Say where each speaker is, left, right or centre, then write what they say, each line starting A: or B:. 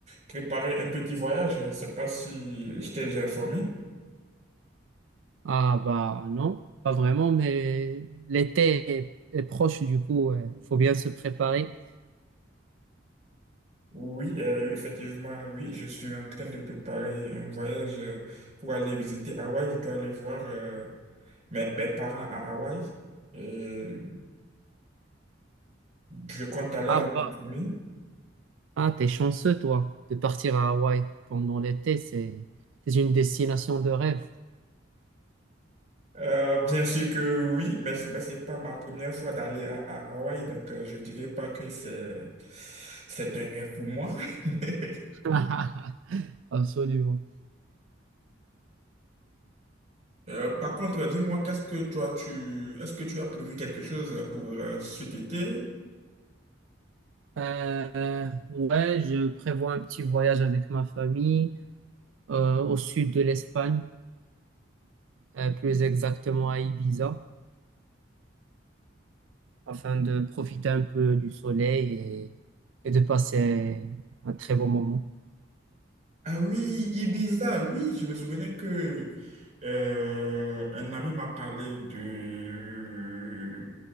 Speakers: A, on the right; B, on the right.
A: préparer un petit voyage. Je ne sais pas si je t'ai déjà informé.
B: Ah bah non, pas vraiment, mais l'été est, est proche du coup, euh, faut bien se préparer.
A: Oui, euh, oui, effectivement, oui, je suis en train de préparer un voyage euh, pour aller visiter Hawaï. Je dois aller voir euh, mes, mes parents à Hawaï et je compte aller
B: Ah
A: avec
B: bah,
A: ma famille.
B: ah t'es chanceux toi de partir à Hawaï pendant l'été, c'est c'est une destination de rêve.
A: Euh, bien sûr que oui, mais, mais ce n'est pas ma première fois d'aller à, à Hawaï, donc euh, je ne dirais pas que c'est, c'est un rêve pour moi. <laughs>
B: <laughs> Absolument.
A: Euh, par contre, dis-moi, qu'est-ce que toi, tu, est-ce que tu as prévu quelque chose pour euh, cet été?
B: Euh, ouais, je prévois un petit voyage avec ma famille euh, au sud de l'Espagne, euh, plus exactement à Ibiza. afin de profiter un peu du soleil et, et de passer un très bon moment.
A: Ah oui, Ibiza, oui, je me souvenais que euh, un ami m'a parlé de,